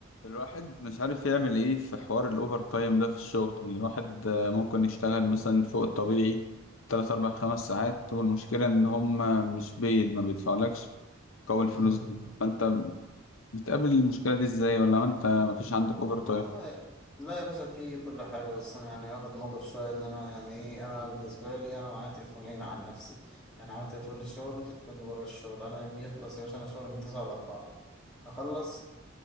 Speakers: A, on the left (about 80°); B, in the centre.
A: الواحد مش عارف يعمل ايه في حوار الاوفر تايم ده في الشغل يعني الواحد آه، ممكن يشتغل مثلا فوق الطبيعي تلات اربع خمس ساعات والمشكلة ان هم مش بيد ما بيدفعلكش قوي الفلوس
B: مم.
A: دي فانت بتقابل المشكلة دي ازاي ولا انت مفيش عندك اوفر تايم
B: والله لا يا باشا في كل حاجة بس أنا يعني واخد موقف شوية إن أنا يعني إيه أنا بالنسبة لي أنا معايا تليفونين عن نفسي يعني عامل تليفون للشغل وتليفون لبره الشغل أنا بيخلص يا باشا أنا شغل من تسعة لأربعة أخلص